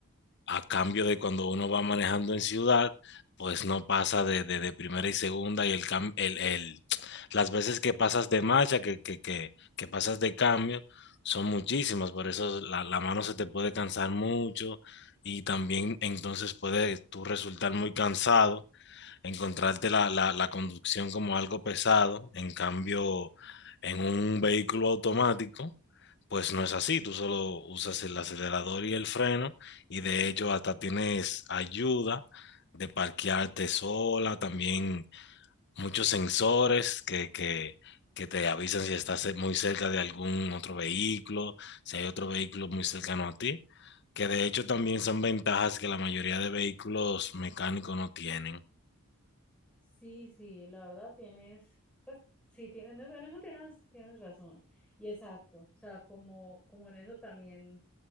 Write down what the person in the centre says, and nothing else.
Sí, sí, la verdad tienes, pues sí, tienes, en eso tienes, tienes razón. Y exacto, o sea, como, como en eso también.